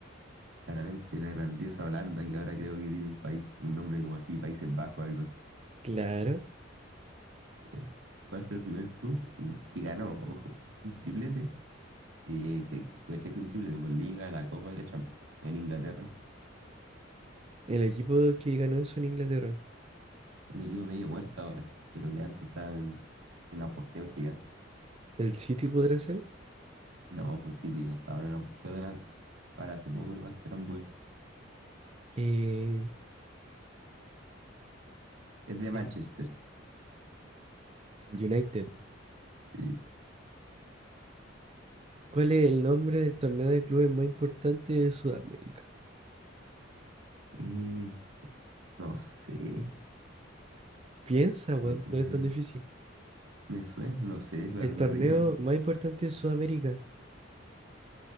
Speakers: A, on the right (about 80°); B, on the right (about 30°).
A: Claramente la grandiosa Holanda, que ahora creo que tiene un país, un nombre como así, Países Bajos, algo así.
B: Claro,
A: Ya. ¿Cuál fue el primer club que ganó? Ojo, un triplete. Y ahí dice, coche que un triplete por Liga, la Copa y la Champions. En Inglaterra.
B: el equipo que ganó eso en Inglaterra.
A: Un equipo medio muerto ahora, pero que antes estaba en un apogeo gigante.
B: ¿El City podrá ser?
A: No, pues City no estaba en un apogeo tan alto. Para hace poco nomás eran buenos.
B: Eh,
A: Es de
B: eh,
A: Manchester, sí.
B: United.
A: Sí.
B: ¿Cuál es el nombre del torneo de clubes más importante de Sudamérica?
A: Y no sé,
B: Piensa, weón,
A: no tengo
B: no es
A: idea.
B: tan difícil.
A: Me suena, no sé, la-
B: El
A: me
B: torneo
A: rindo.
B: más importante de Sudamérica,